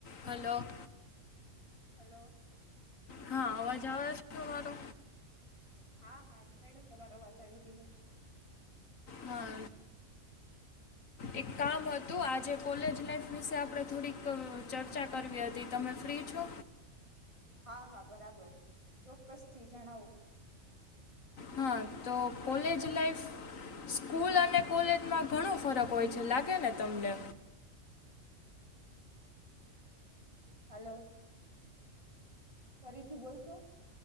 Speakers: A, on the left (about 80°); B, on the right (about 25°).
A: Hello.
B: Hello.
A: હા અવાજ આવે છે, મારો?
B: હા, હા, મેડમ તમારો અવાજ આવી રહ્યો છે.
A: હા, એક કામ હતું. આજે કોલેજ લાઈફ વિશે આપડે થોડીક ચર્ચા કરવી હતી, તમે ફ્રી છો?
B: હા હા બરાબર, ચોક્કસ થી જણાવો.
A: હા તો કોલેજ લાઈફ સ્કૂલ અને કોલેજમાં ઘણું ફરક હોય છે લાગે ને તમને?
B: હલો, ફરીથી બોલશો?